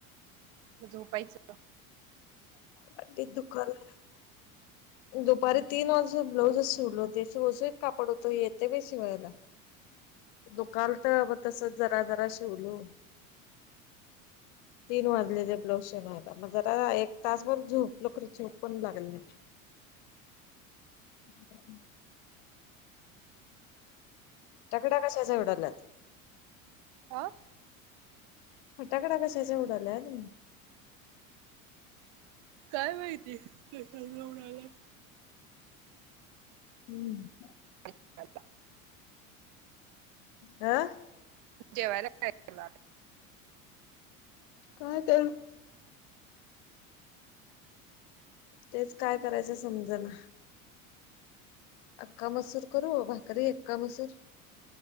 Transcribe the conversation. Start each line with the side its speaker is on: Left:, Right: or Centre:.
Right: म झोपायच.
Left: पाटीत दुकालंय.
Right: <inaudible>
Left: दुपारी तीन वाजून ब्लाऊजच सोडलो ते सुळसुळीत कापड होतं येतय बाई शिवायला. दुकालतं मग तसच जरा जरा शिवलो. तीन वाजले ते ब्लाऊज शीवायला मग जा आता एक तासभर झोपलो खरं झोप पण लागली नाही. <inaudible> फटाकड्या कशाच्या उवडालात?
Right: हा.
Left: फटाकड्या कशाच्या उडाल्यात?
Right: काय माहिती कशाच्या उडाल्यात.
Left: हम्म.
Right: <unintelligible>
Left: हं.
Right: जेवायला काय केलं आता?
Left: काय करू? तेच काय करायचं समजना. अक्का मसूर करू, भाकरी अक्का मसूर?